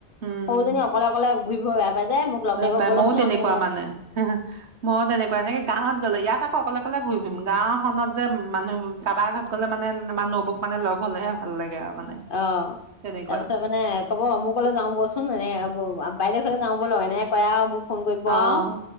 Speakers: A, on the right; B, on the left.
A: উম
B: সৰুজনী অকলে অকলে ঘূৰি ফুৰিব বেয়া পাই যে মোক লগ
A: বেয়া
B: ধৰিব
A: পায়,
B: বলকচোন
A: ময়ো তেনেকুৱা
B: আমি অমুক
A: মানে। ময়ো তেনেকুৱা এনেকে গাঁৱত গ'লে, ইয়াত আকৌ অকলে অকলে ঘূৰি ফুৰিম, গাওঁখনত যে মানুহ কাবাৰ ঘৰত গ'লে মানে আমাৰ নবৌক মানে লগ হ'লেহে ভাল লাগে আৰু। মানে
B: অ',
A: তেনেকুৱা
B: তাৰপিছত মানে কব অমুকলে যাওঁ ব'লচোন, এনেকে বাইদেউে ঘৰলে যাওঁ বলক এনেকে কয় আৰু মোক ফোন কৰিব
A: অঁ
B: আৰু,